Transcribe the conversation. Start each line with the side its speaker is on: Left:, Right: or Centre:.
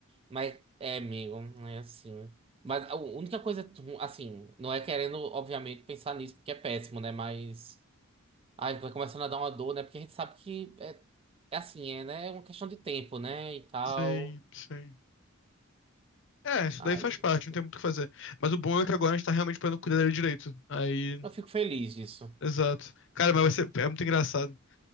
Right: Mas é, amigo, é assim. Mas a única coisa, tu- assim, não é querendo, obviamente, pensar nisso, porque é péssimo, né? Mas. Ai, vai começando a dar uma dor, né? Porque a gente sabe que é, é assim, é, né? É uma questão de tempo, né? E tal.
Left: Sim, sim. É, isso
Right: Ai,
Left: daí faz parte, não tem muito o que fazer. Mas o bom é que agora a gente tá realmente podendo cuidar dele direito. Aí,
Right: eu fico feliz disso.
Left: exato. Cara, mas vai ser, é muito engraçado.